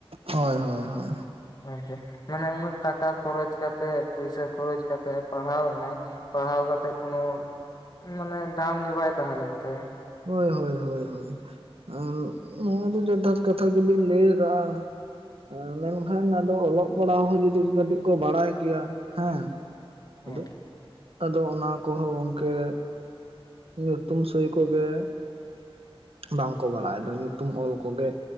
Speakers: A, on the right (about 70°); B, on the left (about 45°).
A: ᱦᱚᱭ ᱦᱚᱭ ᱦᱚᱭ᱾
B: ᱦᱮᱸ ᱜᱮ ᱢᱟᱱᱮ ᱩᱱᱟᱹᱜ ᱴᱟᱠᱟ ᱠᱷᱚᱨᱚᱪ ᱠᱟᱛᱮᱜ ᱯᱩᱭᱥᱟᱹ ᱠᱷᱚᱨᱚᱪ ᱠᱟᱛᱮᱜ ᱯᱟᱲᱦᱟᱣ ᱮᱱᱟᱭᱼᱼ ᱯᱟᱲᱦᱟᱣ ᱠᱟᱛᱮᱜ ᱠᱚᱱᱚ ᱢᱟᱱᱮ ᱫᱟᱢ ᱜᱮ ᱵᱟᱭ ᱛᱟᱦᱮᱸ ᱞᱮᱱ ᱛᱟᱭᱟ᱾
A: ᱳᱭ ᱦᱳᱭ ᱦᱳᱭ ᱦᱳᱭ᱾ ᱟᱨ ᱱᱚᱣᱟ ᱫᱚ ᱡᱚᱛᱷᱟᱛ ᱠᱟᱛᱷᱟ ᱜᱮᱵᱤᱱ ᱞᱟᱹᱭ ᱟᱠᱟᱜ-ᱟ ᱟᱸ ᱢᱮᱱᱠᱷᱟᱱ ᱟᱨᱼᱼ ᱚᱞᱚᱜ ᱯᱟᱲᱦᱟᱣ ᱦᱚᱸ ᱡᱫᱤ ᱠᱟᱹᱴᱤᱡ ᱠᱚ ᱵᱟᱲᱟᱭ ᱜᱮᱭᱟ ᱦᱮᱸ,
B: ᱦᱮᱸ
A: ᱟᱫᱚᱼᱼ ᱟᱫᱚ ᱚᱱᱟ ᱠᱚᱦᱚᱸ ᱜᱚᱝᱠᱮᱼᱼ ᱧᱩᱛᱩᱢ ᱥᱳᱦᱤ ᱠᱚᱜᱮᱼᱼ ᱵᱟᱝ ᱠᱚ ᱵᱟᱲᱟᱭ ᱫᱚ ᱧᱩᱛᱩᱢ ᱚᱞ ᱠᱚᱜᱮᱼᱼ